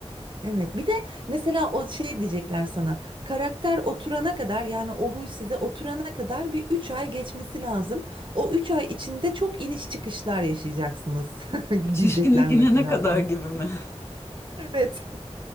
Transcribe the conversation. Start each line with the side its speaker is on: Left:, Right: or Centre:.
Right: Evet. Bir de mesela o şey diyecekler sana. Karakter oturana kadar yani o huy size oturana kadar bir 3 ay geçmesi lazım. O 3 ay içinde çok iniş çıkışlar yaşayacaksınız <laughs>
Left: Şişkinlik
Right: diyecekler
Left: inene
Right: mesela
Left: kadar
Right: sana.
Left: gibi mi?
Right: Evet.